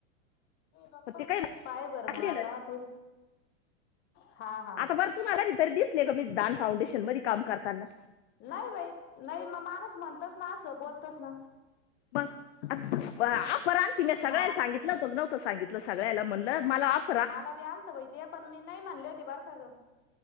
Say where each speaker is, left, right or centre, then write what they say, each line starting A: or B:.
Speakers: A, on the left; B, on the left.
A: <inaudible>
B: पण ते काही
A: पाहय बरं
B: म्हटलेलं
A: मग आता तूच. हां हां
B: आता बर तू मला तरी दिसले ग? मी दान फाउंडेशन मध्ये काम करताना.
A: नाही बाई, नाही ना माणूस म्हणतस ना असं बोलतस ना.
B: मग, अ ऑफर आलती मी सगळ्यां
A: मला
B: सांगितल <inaudible> का नव्हतं सांगितलं सगळ्याला म्हणलं मला ऑफ
A: मला बी आलत बाई ते, पण मी नाही म्हनले होते बर का गं.